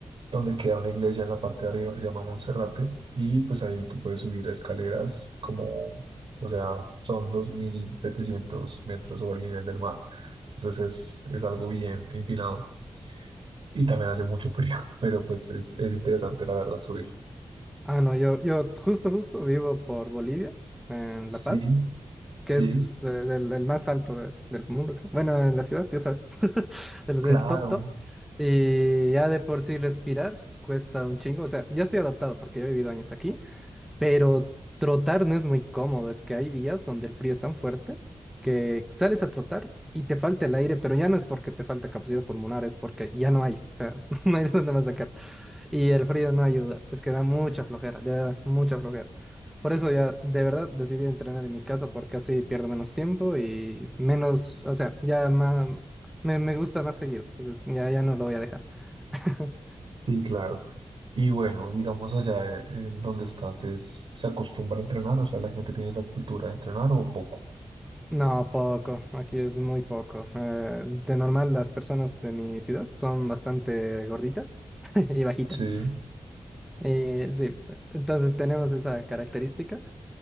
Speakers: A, on the right; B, in the centre.
A: donde queda una iglesia en la parte de arriba, se llama Monserrate, y pues ahí tú puedes subir escaleras como, o sea, son 2.700 metros sobre el nivel del mar. Entonces es, es algo bien empinado y también hace mucho frío, <laughs> pero pues es, es interesante la verdad subir.
B: Ah, no, yo, yo justo, justo vivo por Bolivia, en
A: Sí,
B: La Paz,
A: sí,
B: que es eh, del- el más alto de- del mundo, creo. Bueno, en la ciudad, ya sabes, <laughs> de los
A: claro,
B: del top top. Y ya de por sí respirar cuesta un chingo. O sea, ya estoy adaptado porque yo he vivido años aquí. Pero trotar no es muy cómodo, es que hay días donde el frío es tan fuerte que sales a trotar y te falta el aire, pero ya no es porque te falta capacidad pulmonar, es porque ya no hay, o sea, <laughs> no hay de dónde más sacar. Y el frío no ayuda, es que da mucha flojera, de verdad, mucha flojera. Por eso ya de verdad decidí entrenar en mi casa porque así pierdo menos tiempo y menos, o sea, ya más, me, me gusta más seguido, entonces ya, ya no lo voy a dejar. <laughs>
A: sí, claro. Y bueno, digamos allá eh, en donde estás, es, ¿se acostumbra a entrenar? O sea, la gente tiene esa cultura de entrenar o poco.
B: No, poco. Aquí es muy poco. Eh, de normal, las personas de mi ciudad son bastante gorditas <laughs> y bajitas.
A: Sí.
B: Eh, sí, entonces tenemos esa característica.